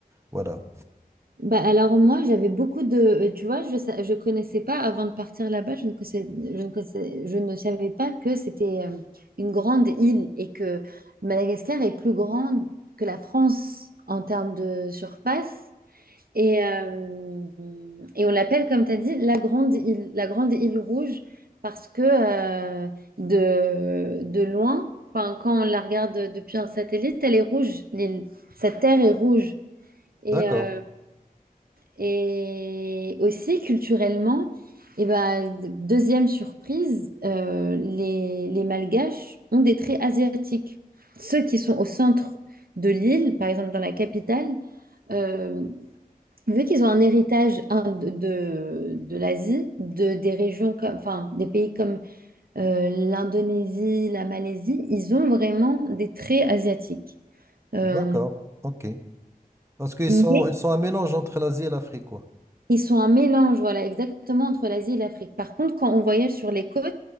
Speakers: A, on the right (about 15°); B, on the right (about 70°).
A: voilà.
B: Bah alors moi j'avais beaucoup de euh, tu vois je sa- je connaissais pas avant de partir là-bas je ne connaissais, je ne connaissais- je ne savais pas que c'était euh, une grande île et que Madagascar est plus grande que la France en termes de surface et euh, et on l'appelle comme tu as dit la grande île la grande île rouge parce que euh, de de loin enfin, quand on la regarde depuis un satellite elle est rouge l'île sa terre est rouge Et,
A: D'accord,
B: euh, et aussi, culturellement, et ben, deuxième surprise, euh, les, les Malgaches ont des traits asiatiques. Ceux qui sont au centre de l'île, par exemple dans la capitale, euh, vu qu'ils ont un héritage hein, de, de, de l'Asie, de, des régions, comme- enfin des pays comme euh, l'Indonésie, la Malaisie, ils ont vraiment des traits asiatiques. Euh,
A: d'accord, ok. Parce qu'ils
B: mais
A: sont, ils sont un mélange entre l'Asie et l'Afrique, quoi.
B: Ils sont un mélange, voilà, exactement entre l'Asie et l'Afrique. Par contre, quand on voyage sur les côtes,